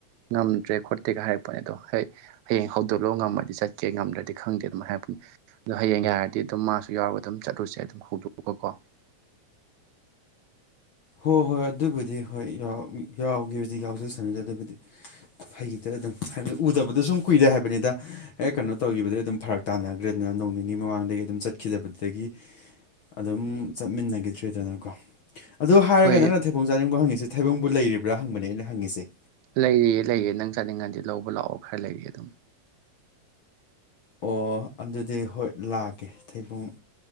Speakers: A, on the right; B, on the left.
A: ꯉꯝꯗ꯭ꯔꯦ ꯈꯣꯠꯇꯦꯒ ꯍꯥꯏꯔꯛꯄꯅꯦ ꯑꯗꯣ ꯍꯣꯏ ꯍꯥꯌꯦꯡ ꯍꯧꯗꯣꯛꯂꯛꯑꯣ ꯉꯝꯃꯗꯤ ꯆꯠꯀꯦ ꯉꯝꯗ꯭ꯔꯗꯤ ꯈꯪꯗꯦ ꯑꯗꯨꯝ ꯍꯥꯏꯔꯛꯄꯅꯤ꯫ ꯑꯗꯣ ꯍꯌꯦꯡ ꯍꯥꯏꯔꯗꯤ ꯑꯗꯨꯝ ꯃꯥꯁꯨ ꯌꯥꯎꯔꯒ ꯑꯗꯨꯝ ꯆꯠꯂꯨꯁꯦꯗꯣ꯫ <unintelligible>
B: ꯍꯣꯏ ꯍꯣꯏ ꯑꯗꯨꯕꯨꯗꯤ ꯍꯣꯏ ꯌꯥꯎꯔꯗꯤ ꯌꯥꯎꯖꯁꯥꯅꯨꯗ ꯑꯗꯨꯕꯨꯗꯤ꯫ ꯐꯩꯗ ꯑꯗꯨꯝ ꯍꯥꯏꯕꯗꯤ ꯎꯗꯕꯗ ꯁꯨꯝ ꯀꯨꯏꯔꯦ ꯍꯥꯏꯕꯅꯤꯗ꯫ ꯍꯦꯛ ꯀꯩꯅꯣ ꯇꯧꯈꯤꯕꯗꯒꯤ ꯑꯗꯨꯝ ꯐꯔꯛ ꯇꯥꯟꯅꯈ꯭ꯔꯦꯅ ꯑꯗꯨꯅ ꯅꯣꯡ ꯅꯤꯅꯤ ꯃꯃꯥꯡꯗꯒꯤ ꯑꯗꯨꯝ ꯆꯠꯈꯤꯗꯕꯗꯒꯤ ꯑꯗꯨꯝ ꯆꯠꯃꯤꯟꯅꯈꯤꯗ꯭ꯔꯦ ꯗꯅꯀꯣ꯫ ꯑꯗꯨ ꯍꯥꯏꯔꯒ
A: ꯍꯣꯏ
B: ꯅꯪꯅ ꯊꯩꯕꯣꯡ ꯆꯥꯅꯤꯡꯕ꯭ꯔꯣ ꯍꯪꯉꯤꯁꯦ ꯊꯩꯕꯣꯡꯕꯨ ꯂꯩꯔꯤꯕ꯭ꯔꯥ ꯍꯪꯕꯅꯦ ꯑꯩꯅ ꯍꯪꯉꯤꯁꯦ꯫
A: ꯂꯩꯔꯤꯌꯦ ꯂꯩꯌꯦ ꯅꯪ ꯆꯥꯅꯤꯡꯉꯗꯤ ꯂꯧꯕ ꯂꯥꯛꯑꯣ ꯈꯔ ꯂꯩꯔꯤꯌꯦ ꯑꯗꯨꯝ꯫
B: ꯑꯣ ꯑꯗꯨꯗꯤ ꯍꯣꯏ ꯂꯥꯛꯀꯦ ꯊꯩꯕꯣꯡ